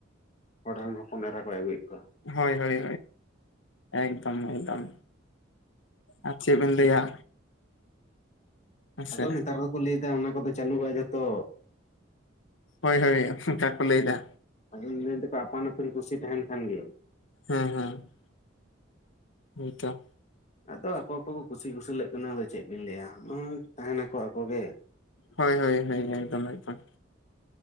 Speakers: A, on the left; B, on the left.
A: ᱦᱚᱲ ᱨᱮᱱ ᱦᱚᱯᱚᱱ ᱮᱨᱟ ᱠᱚᱭ ᱟᱹᱜᱩᱭᱮᱜ ᱠᱚᱣᱟ
B: ᱦᱳᱭ ᱦᱳᱭ ᱮᱠᱫᱚᱢ ᱮᱠᱫᱚᱢ ᱟᱨ ᱪᱮᱜ ᱵᱮᱱ ᱞᱟᱹᱭᱟ ᱦᱮᱸᱥᱮ
A: ᱟᱫᱚ ᱱᱮᱛᱟᱨ ᱫᱚᱠᱚ ᱞᱟᱹᱭᱫᱟ ᱚᱱᱟ ᱠᱚᱫᱚ ᱪᱟᱹᱞᱩᱜᱼᱟ ᱡᱷᱚᱛᱚ
B: ᱦᱳᱭ ᱦᱳᱭ ᱚᱱᱠᱟ ᱠᱚ ᱞᱟᱹᱭᱮᱫᱟ
A: ᱟᱫᱚᱧ ᱞᱟᱹᱭ ᱫᱟᱠᱚ ᱟᱯᱟᱱ ᱟᱹᱯᱤᱱ ᱠᱩᱥᱤ ᱛᱟᱦᱮᱱ ᱠᱷᱟᱱ ᱜᱮ
B: ᱦᱮᱸ ᱦᱮᱸ ᱦᱳᱭᱛᱚ
A: ᱟᱫᱚ ᱟᱠᱚ ᱠᱚᱠᱚ ᱠᱩᱥᱤ ᱠᱩᱥᱤᱞᱟᱜ ᱠᱟᱱᱟ᱾ ᱟᱫᱚ ᱪᱮᱫ ᱵᱤᱱ ᱞᱟᱹᱭᱟ ᱢᱟ ᱛᱟᱦᱮᱱᱟᱠᱚ ᱟᱠᱚᱜᱮ᱾
B: ᱦᱳᱭ ᱦᱳᱭ ᱦᱳᱭ ᱮᱠᱫᱚᱢ ᱮᱠᱫᱚᱢ᱾